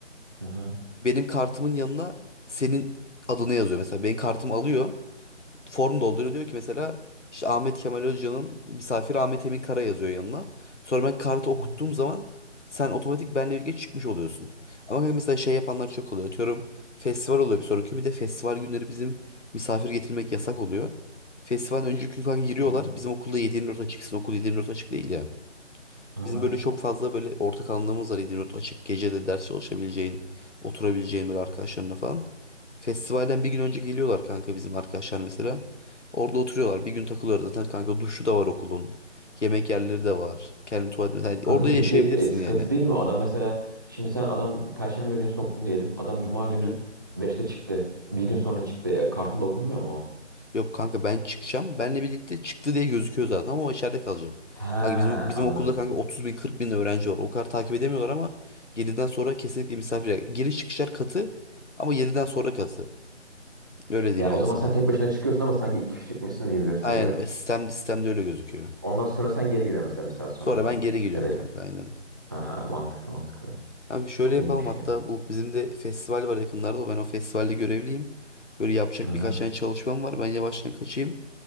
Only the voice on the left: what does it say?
benim kartımın yanına senin adını yazıyor. Mesela benim kartımı alıyor. Form dolduruyor diyor ki mesela işte Ahmet Kemal Özcan'ın misafir Ahmet Emin Kara yazıyor yanına. Sonra ben kartı okuttuğum
zaman sen otomatik benle birlikte çıkmış oluyorsun. Ama kanka mesela şey yapanlar çok oluyor. Atıyorum festival oluyor bir sonraki gün. Bir de festival günleri bizim misafir getirmek yasak oluyor. Festival önceki gün kanka giriyorlar.
Bizim okulda 7-24 açıksın. Okul 7-24 açık değil ya.
Bizim böyle çok fazla böyle ortak alanlarımız var İzmir'de açık gecede ders çalışabileceğin, oturabileceğin böyle arkadaşlarına falan. Festivalden bir gün önce geliyorlar kanka bizim arkadaşlar mesela. Orada oturuyorlar. Bir gün takılıyorlar zaten kanka duşu da var okulun. Yemek yerleri de var. Kendi tuvalet mesela Yani
orada yaşayabilirsin
yani.
Hı hı.
Yok kanka ben çıkacağım. Benle birlikte çıktı diye gözüküyor zaten ama o içeride kalacak.
Kanka bizim bizim
okulda kanka otuz bin kırk bin öğrenci var. O kadar takip edemiyorlar ama yediden sonra kesinlikle misafir. Giriş çıkışlar katı ama yediden sonra katı. Öyle diyeyim
yani
sana.
Aynen ö- sistem sistemde öyle gözüküyor.
Sonra
ben geri geliyorum
kanka aynen.
Abi şöyle
yapalım
hatta
bu bizim de festival var yakınlarda. Ben o festivalde görevliyim. Böyle yapacak
birkaç tane çalışmam var. Ben yavaştan kaçayım.